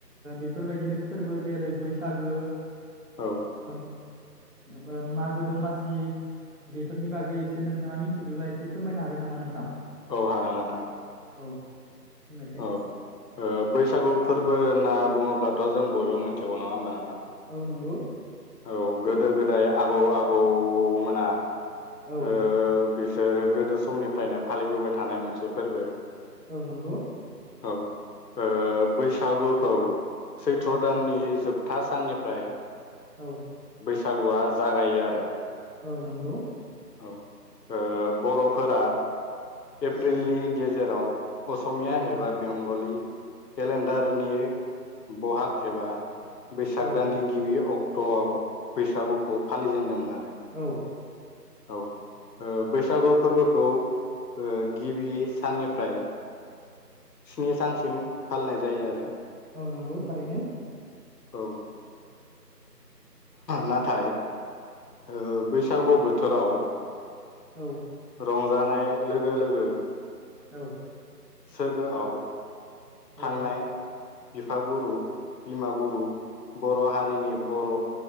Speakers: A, on the right (about 55°); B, on the left (about 85°).
A: बेफोरबायदिनो फोरबो जेरै बैसागो।
B: औ।
A: ओम मागो दमासि बेफोरनि बागै एसे नोंथाङा मिथिगौला एसे फोरमायनो हागोन नामा नोंथां?
B: औ हागोन नोंथां।
A: औ बुंनायसाय
B: औ ओ बैसागु फोरबो होनना बुङोब्लाथ' जों बयबो मिथिगौ नङा होमबा
A: औ नंगौ।
B: औ गोदो गोदाय आबौ आबौमोना
A: औ
B: ओह बिस सोरो गोदो समनिफ्रायनो फालिबोबाय थानाय मोनसे फोरबो।
A: औ नंगौ।
B: औ ओह बैसागुखौ सैथ्र'
A: औ
B: दाननि जोब था साननिफ्राय
A: औ।
B: सागुआ जागायो आरो।
A: औ नंगौ।
B: औ ओह बर'फोरा एप्रिलनि
A: औ
B: गेजेर आव असमिया
A: औ
B: एबा बेंगलि केलेन्डारनि बहाग एबा बैसाग
A: औ
B: दाननि गिबि अक ट'आव बैसागुखौ फालिजेन्दोंमोन आरो।
A: औ।
B: औ ओ बैसागु फोरबोखौ ओ गिबि साननिफ्राय स्नि सानसिम फालिनाय जायो आरो।
A: औ नंगौ थारैनो।
B: औ ओ नाथाय ओ बैसागु बोथोराव
A: औ।
B: रंजानाय लोगो लोगो
A: औ।
B: सोरगोआव
A: औ
B: थांनाय बिफागुरु बिमागुरु बर' हारिनि बर'